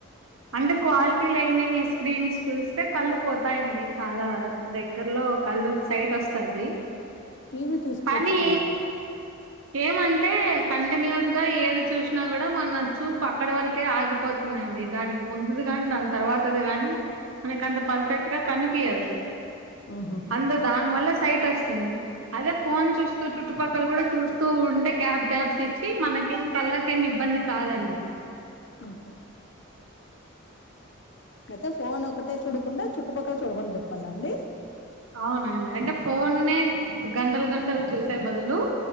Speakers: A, on the right (about 80°); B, on the left (about 60°).
A: అంటే క్వాలిటీ లేనివిస్ స్క్రీన్స్ చూస్తే కళ్ళు పోతాయండి చాలా దగ్గరలో కళ్ళు సైటొస్తాది
B: టీవీ చూసుకోవచ్చు
A: కానీ
B: కదండి
A: ఏమంటే కంటిన్యూస్ గా ఏది చూసినా గుడా మన చూపు అక్కడ వరకే ఆగిపోతుందండి. దానికి ముందుది గాని దాని తర్వాతది గానీ మనకంత పర్ఫెక్ట్ గా కనిపియదు
B: ఆహా
A: అందు దాని వల్ల సైట్ అస్తుంది అదే ఫోన్ చూస్తు చుట్టుపక్కల గూడా చూస్తూ ఉంటే గ్యాప్ గ్యాప్స్ ఇచ్చి మనకేం కళ్ళకేమి ఇబ్బంది కాదండి
B: హాహు కతా ఫోన్ ఒకటే చూడకుండా చుట్టుపక్కల చూడమని చెప్పాలా అండి
A: అవునండి అంటే ఫోన్నే గంటలు గంటలు చూసే బదులు